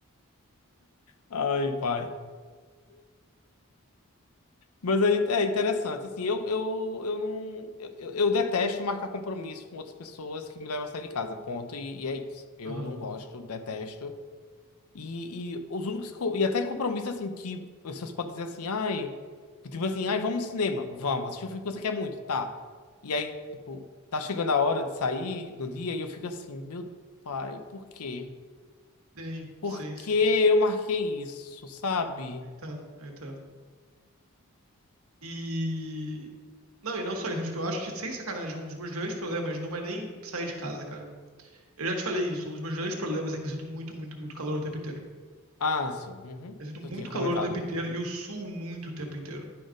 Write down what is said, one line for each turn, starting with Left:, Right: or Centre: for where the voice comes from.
Left: Ai, pai. Mas é, é interessante, assim, eu, eu, eu não... Eu, eu eu detesto marcar compromisso com outras pessoas que me levam a sair de casa, ponto, e, e é isso. Eu
Right: Aham.
Left: não gosto, detesto. E, e os únicos... co- E até compromisso, assim, que pessoas podem dizer assim, ai... Tipo assim, ai, vamos no cinema. Vamos, assistir um filme que você quer muito, tá. E aí, tipo, tá chegando a hora de sair no dia e eu fico assim, meu pai, por quê?
Right: Sim,
Left: Por
Right: sim,
Left: que
Right: sim.
Left: eu marquei isso, sabe?
Right: Eu entendo, eu entendo. E. Não, e não só isso. Tipo, eu acho que, sem sacanagem, um dos meus grandes problemas não é nem sair de casa, cara. Eu já te falei isso, um dos meus grandes problemas é que eu sinto muito, muito, muito calor o tempo inteiro.
Left: Ah, sim, uhum.
Right: Eu sinto muito
Left: Eu tinha
Right: calor
Left: comentado.
Right: o tempo inteiro e eu suo muito o tempo inteiro.